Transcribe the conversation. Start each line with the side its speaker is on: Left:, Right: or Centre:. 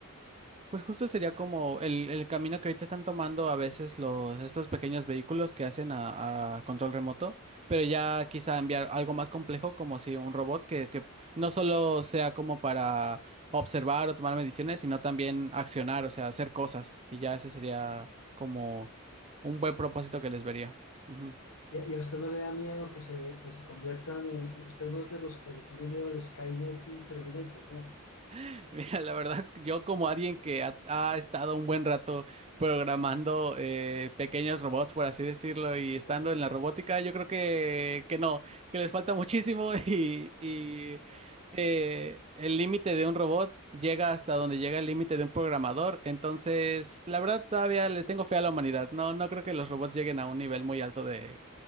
Right: Pues justo sería como el, el camino que ahorita están tomando a veces los, estos pequeños vehículos que hacen a, a control remoto, pero ya quizá enviar algo más complejo, como si un robot que, que no solo sea como para observar o tomar mediciones, sino también accionar, o sea, hacer cosas. Y ya ese sería como un buen propósito que les vería. Ujú.
Left: ¿Y a, y a usted no le da miedo que se, que se conviertan en... Usted no es de los que le tiene miedo al Skynet y Terminator, ¿no?
Right: <laughs> Mira, la verdad, yo como alguien que ha, ha estado un buen rato programando eh, pequeños robots, por así decirlo, y estando
Left: Ok.
Right: en la robótica, yo creo que, que no, que les falta muchísimo <laughs> y, y, eh, el límite de un robot llega hasta donde llega el límite de un programador. Entonces, la verdad, todavía le tengo fe a la humanidad. No, no creo que los robots lleguen a un nivel muy alto de,